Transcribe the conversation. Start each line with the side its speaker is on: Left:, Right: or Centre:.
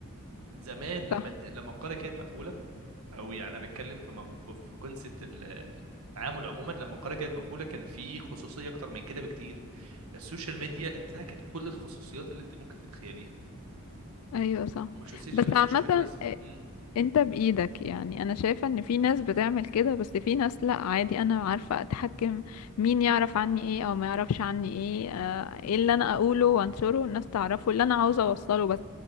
Right: زمان لما
Left: صح
Right: الت- لما القريه كانت مقفوله او يعني انا بتكلم في م... في كونسبت التعامل عموما لما القريه كانت مقفوله كان في خصوصيه اكتر من كده بكتير السوشيال ميديا انتهكت كل الخصوصيات اللي انت ممكن تتخيليها
Left: ايوه صح
Right: ومش السوشيال
Left: بس
Right: السوشيال
Left: عامة
Right: ميديا بس إمم.
Left: انت بإيدك يعني انا شايفة ان في ناس بتعمل كده بس في ناس لا عادي انا عارفة اتحكم مين يعرف عني ايه او ما يعرفش عني ايه آه، ايه اللي انا اقوله وانشره والناس تعرفه اللي انا عاوزة اوصله بس